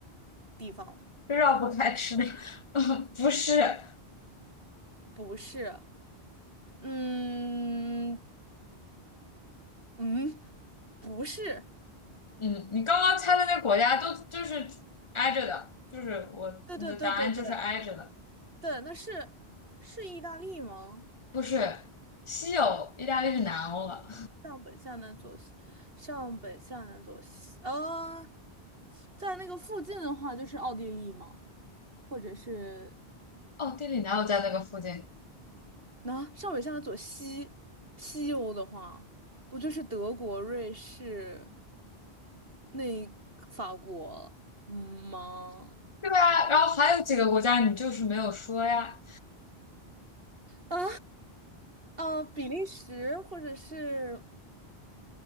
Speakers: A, on the right; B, on the left.
A: 地方吗
B: 绕不开吃的。<laughs> 不是，
A: 不是？嗯嗯，不是。
B: 嗯，你刚刚猜的那国家都就是挨着的，就是我你的答案就是挨着的，
A: 对对对对对对，那是是意大利吗？
B: 不是西欧，意大利是南欧了。
A: 上北下南左西，上北下南左西，呃，在那个附近的话就是奥地利嘛，或者是
B: 哦，地理哪有在那个附近？
A: 那、上北下南左西，西欧的话，不就是德国、瑞士、那法国，嗯吗？
B: 对啊，然后还有几个国家你就是没有说呀，
A: 啊，呃，比利时或者是